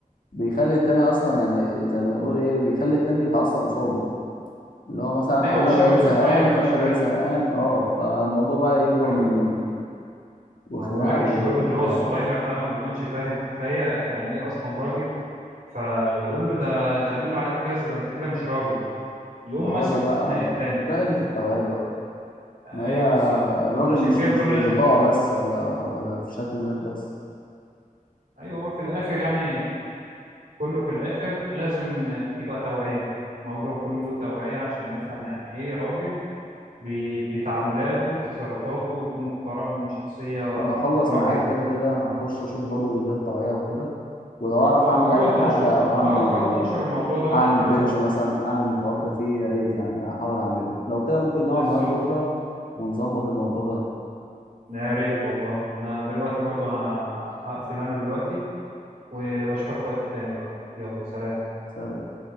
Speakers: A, on the left; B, on the right.
A: بيخلي التاني اصلا يعني زي ما يقول ايه بيخلي التاني يتعصب قصاده اللي هو مثلا
B: ايوه والشباب
A: انا بقيت
B: الصغير
A: زهقان فانت
B: مش
A: بقيت
B: فاهم
A: زهقان اه فالموضوع بقى يكبر
B: الشباب
A: مننا وخناقه
B: أنا بقول لك الشباب
A: وبتاع
B: اللي هو الصغير ده ما بيكونش فاهم كفاية يعني إيه أصلا راجل فيقول له ده ده بيقول عليك كذا ده أنت كده مش راجل يقوم
A: ما هو
B: ماسك
A: ده بقى
B: في خناق التاني
A: ده قله التوعيه بقى
B: أيوه
A: ما هي
B: بالظبط
A: الراجل
B: عشان
A: مش
B: كده
A: مش
B: بنقول
A: في البطاقه
B: لازم
A: بس ولا ولا في شكل الناس بس
B: أيوه في الآخر يعني كله في الآخر لازم يبقى توعية الموضوع كله توعية عشان نفهم يعني إيه راجل ب- بتعاملاته بتصرفاته يكون محترم شخصية
A: انا هخلص
B: راقية
A: معاك كده كده هخش اشوف برضو فيديوهات طبيعية وكده ولو اعرف
B: أه
A: اعمل
B: وحاول
A: اي حاجة
B: تنشر
A: او اعمل
B: أه حاول تنشر الموضوع ده وأنا
A: اعمل
B: هحاول
A: بيدج
B: برضه
A: مثلا اعمل الحوار ده فيه يا ريت يعني احاول اعمله لو كده ممكن نقعد
B: بالظبط
A: معاك بكرة ونظبط الموضوع ده
B: يا ريت والله انا دلوقتي برضو انا هقفل انا دلوقتي ويبقى اشوفك وقت تاني بقى يلا سلام
A: سلام